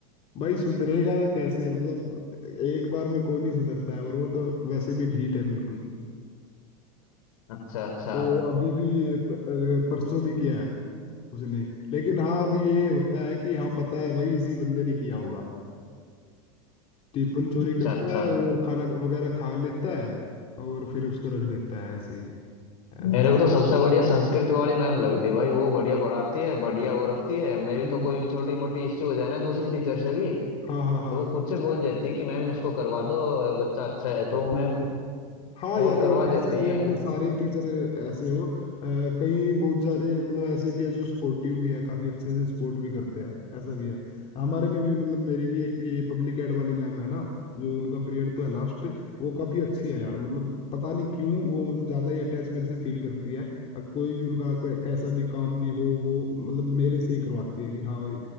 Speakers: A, on the left; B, on the left.
A: भाई सुधरेगा तो कैसे मतलब एक बार में कौन ही सुधरता है और वो तो वैसे भी ढीठ है बिल्कुल
B: अच्छा अच्छा
A: तो वो अभी भी प- अ, परसों भी किया है उसने लेकिन हाँ अभी ये होता है कि हाँ पता है भाई इसी बंदे ने किया होगा टिफिन चोरी
B: अच्छा
A: करता
B: अच्छा
A: है और खाना वगैरह खा लेता है और फिर उसको रख देता है ऐसे ही ऐसा
B: मेरे को तो सबसे बढ़िया संस्कृत वाली मैम लगती है भाई वो बढ़िया पढ़ाती है बढ़िया वो रखती है मेरी
A: हम्म
B: तो कोई भी छोटी मोटी इश्यू हो जाए ना दूसरी टीचर से भी
A: हाँ हाँ हाँ
B: तो वो खुद से बोल देती है कि मैम इसको करवा दो अ, बच्चा अच्छा है तो
A: हम्म,
B: वो मैम
A: हम्म, हम्म। हाँ यार
B: और करवा
A: ऐसा
B: देती
A: नहीं
B: हैं
A: है मतलब सारे टीचर ऐसे हो अ, कई बहुत सारे मतलब ऐसे भी है जो स्पोर्टिव भी है काफी अच्छे से स्पोर्ट भी करते हैं ऐसा भी है हमारे में भी मतलब मेरी भी एक ये पब्लिक एड वाली मैम है ना जो उनका पीरियड तो है लास्ट वो काफी अच्छी है यार मतलब पता नहीं क्यों वो मतलब ज्यादा ही अटैच मेरे से फील करती है अ, कोई भी उनका कै- कैसा भी काम भी हो वो मतलब मेरे से ही करवाती है कि हाँ भाई